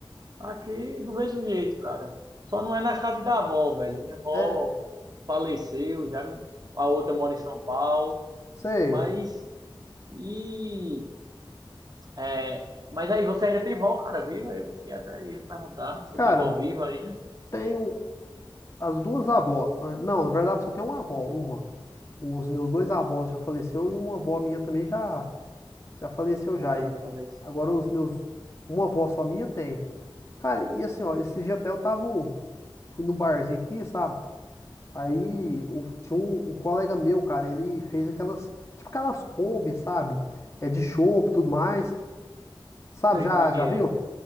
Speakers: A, on the right (about 45°); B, on the left (about 30°).
A: Aqui do mesmo jeito, cara. Só não é na casa da avó, velho. Minha avó
B: É,
A: faleceu, já a outra mora em São Paulo.
B: sei.
A: Mas e é, mas aí você já tem vó, cara, viva? Eu fiquei até ia perguntar, você
B: Cara,
A: tem vó viva aí, né?
B: tenho as duas avós. Ah, Não, na verdade só tem uma avó, uma. Os meus dois avós já faleceu e uma avó minha também já. Já faleceu
A: É,
B: já.
A: também
B: E
A: faleceu.
B: agora os meus. Uma avó só minha tem. Cara, e assim, ó, esse dia até eu tava. Fui no barzinho aqui, sabe? Aí o, tinha um, um colega meu, cara, ele fez aquelas. Tipo aquelas Kombi, sabe? É de chopp e tudo mais. Sabe,
A: Sei
B: já,
A: como é
B: já
A: que é.
B: viu?